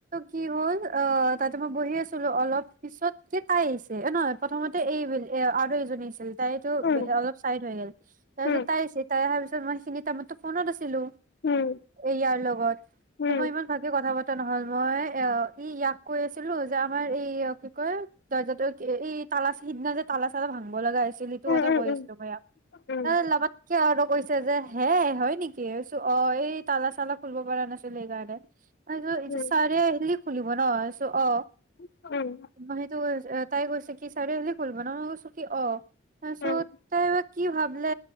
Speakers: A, on the right; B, on the left.
A: কি হ'ল অ তাতে মই বহি আছিলো অলপ পিছত যে তাই আহিছে, অ নহয় প্ৰথমতে এই এ আৰু এইজনী আহিছে তাইতো
B: উম
A: বে অলপ চাইড হৈ গেল। তাৰপিছত
B: উম
A: তাই আহিছে এটা তাই আহাৰ পিছত মই সেইখিনি টাইমতো ফোনত আছিলো
B: উম
A: এইয়াৰ লগত,
B: উম
A: ত মই ইমান ভালকে কথা পাত নহল মই অ ই ইয়াক কৈ আছিলো যে আমাৰ এই অ কি কয় দৰ্জাটো এই তালাচ সিদিনা যে তালা চালা ভাংব লগা ছিলিটো
B: উম
A: কথা
B: উম
A: কৈ আছিলো ভাইয়াক।
B: উম
A: এ লবত কে তঁত কৈছে যে হে হয় নেকি? ঐছোঁ অ এই তালা চালা খুলব পৰা নাছিল সেইকাৰণে। তাৰপিছত এইটো
B: উম
A: চাৰে হিলি খুলিব নইছো অ।
B: উম
A: ন সেইটো <unintelligible> তাই কৈছে কি চাৰে আহিলে কৰিব ন? মই কৈছো কি অ তাৰপিছত
B: উম
A: তাই বা ভাবিলে